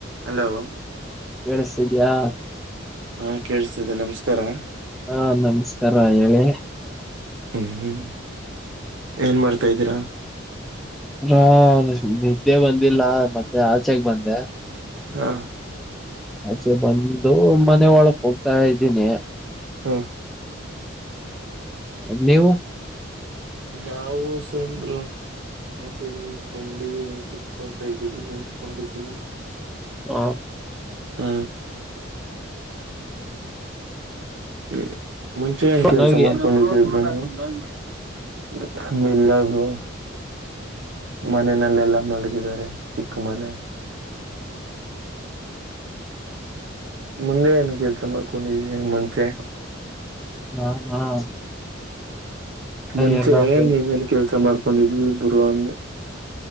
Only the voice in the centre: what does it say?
ಕಳಸ್ತಿದ್ಯಾ
ಹಾ ನಮಸ್ಕಾರ ಹೇಳಿ
ಹ ನಿದ್ದೆ ಬಂದಿಲ್ಲ ಮತ್ತೆ ಆಚೆೆಗೆ ಬಂದೆ
ಆಚೆ ಬಂದು ಮನೆ ಒಳಕ್ ಹೋಗ್ತಾ ಇದ್ದೀನಿ
ಅ ನೀವು.
ಹ
ಹೋಗಿ
ನಾನ.
ಎರಡ
ಬ್ರೆಡ್,